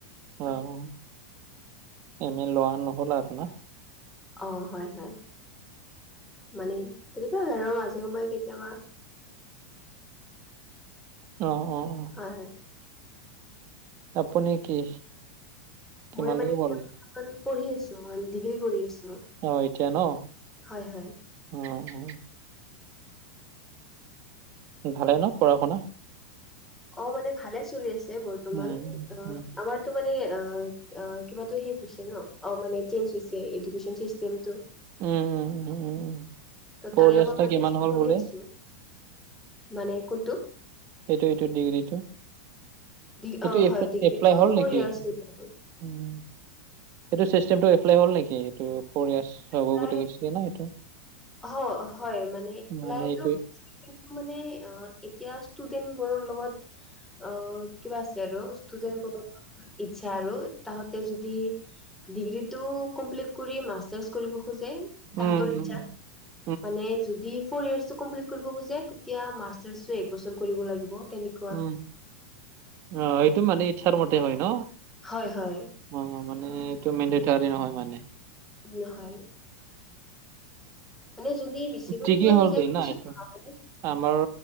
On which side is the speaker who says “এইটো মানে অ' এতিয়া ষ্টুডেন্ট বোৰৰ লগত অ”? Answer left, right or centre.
Centre